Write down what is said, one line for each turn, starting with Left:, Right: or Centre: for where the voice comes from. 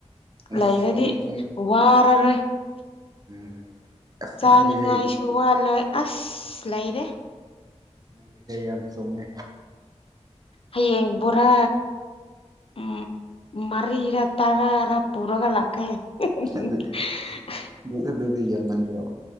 Right: ꯑꯁ
Left: ꯂꯩꯔꯗꯤ
Right: ꯆꯨꯝꯃꯦ ꯆꯨꯝꯃꯦ
Left: ꯋꯥꯔꯔꯣꯏ
Right: ꯎꯝ ꯑꯁ
Left: ꯆꯥꯅꯤꯡꯉꯥꯏꯁꯨ
Right: ꯅꯪꯒꯤꯁꯦ
Left: ꯋꯥꯠꯂꯦ ꯑꯁ ꯂꯩꯔꯦ
Right: ꯅꯪꯒꯤꯁꯦ ꯌꯥꯝ ꯆꯨꯝꯃꯦ
Left: ꯍꯌꯦꯡ ꯕꯣꯔꯥ ꯎꯝ ꯃꯔꯤꯔ ꯇꯔꯥꯔ ꯄꯨꯔꯒ ꯂꯥꯛꯀꯦ <unintelligible>
Right: ꯑꯗꯨ ꯑꯗꯨ ꯑꯗꯨꯗꯤ ꯌꯥꯝꯃꯟꯗ꯭ꯔꯣ